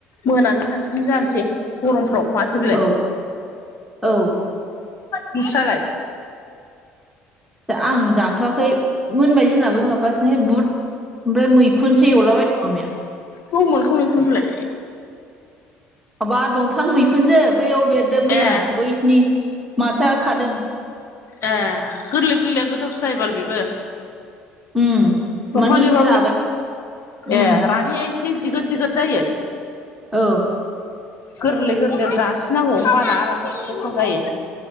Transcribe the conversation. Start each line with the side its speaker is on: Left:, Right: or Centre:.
Left: मोनानि सानसुनि बिदिनो जानोसै गरमफ्राव माथो बेलाय
Centre: औ औ
Left: नोंस्रालाय?
Centre: आं जाथ'आखै मोनबाय जोंनाबो माबासोहाय बुद ओमफ्राय मैखुन <unintelligible>
Left: बबाव मोनखो मैखुनखौलाय?
Centre: माबा दंफां मैखुनजो बैयाव बेरदों मैया
Left: ए
Centre: बैसिनि मास्टारा खादों
Left: ए गोरलै गोरलैया गोथावसो जायोबाल बेबो
Centre: उम
Left: दंफांनिबाबो
Centre: माने एसे राबाय उम
Left: ए रानिया एसे जिगोद जिगोद जायो
Centre: औ
Left: गोरलै गोरलैयाव जासिनांगौ होनोमबाना आराम गोथाव जायो।